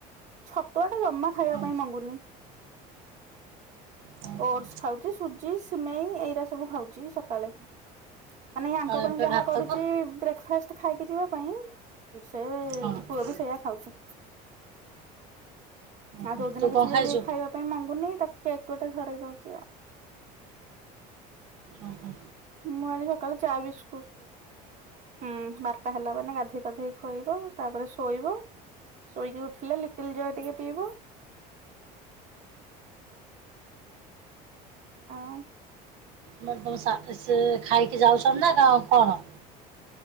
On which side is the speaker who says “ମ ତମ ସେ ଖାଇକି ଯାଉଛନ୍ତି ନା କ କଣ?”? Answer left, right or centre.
Right